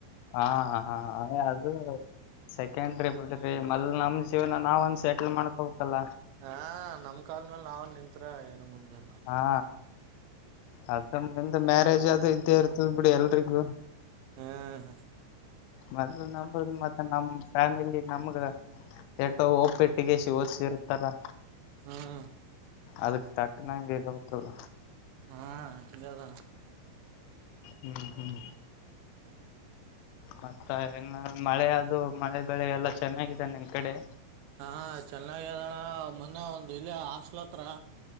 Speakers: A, on the left (about 85°); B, on the right (about 85°).
A: ಹಾ ಹ ಹಾ ಅದು ಸೆಕೆಂಡ್ರಿ ಬಿಡ್ರಿ ಮಲ್ ನಮ್ ಜೀವನ ನಾವ್ ಸೆಟ್ಲ್ ಮಾಡ್ಕೋಬೆಕಲ್ಲ.
B: ಹಾ ನಮ್ ಕಾಲ್ಮೇಲ್ ನಾವ್ ನಿಂತ್ರಾ ಏನ್ ಮುಂದ್.
A: ಹಾ ಅದ ಮುಂದೆ ಮ್ಯಾರೇಜ್ ಅದು ಇದ್ದೇ ಇರ್ತಲ್ ಬಿಡಿ ಎಲ್ರಿಗೂ
B: ಹ್ಮ್
A: ಮತ ನಮ ಮತ್ತ ನಮ ಫ್ಯಾಮಿಲಿ ನಮ್ಗ ಎಟ್ಟ ಒಪ್ಪಿಟ್ಟ ಒಪಟ್ಟಿಗೆಸ ಓದಸಿರುತ್ತಲ್ಲ
B: ಹ್ಮ್
A: ಅದಕ್ ತಕ್ನಂಗ ಇರತ್ತಲ್ಲ
B: ಹಾ ಹಗೆದಣ
A: ಹ್ಮ್ ಹ್ಮ್ ಮತ್ತ ಏ ಮಳೆ ಅದು ಮಳೆ ಬೆಳೆ ಎಲ್ಲ ಚೆನ್ನಾಗಿದೆ ನಿಮ್ ಕಡೆ
B: ಹಾ ಚೆನ್ನಾಗೆ ಅದಣ್ಣ ಮೊನ್ನೆ ಒಂದ್ ಇಲ್ಲೇ ಮೊನ್ನೆ ಒಂದ್ ಇಲ್ಲೇ ಹಾಸ್ಟೆಲ ಹತ್ರಾ.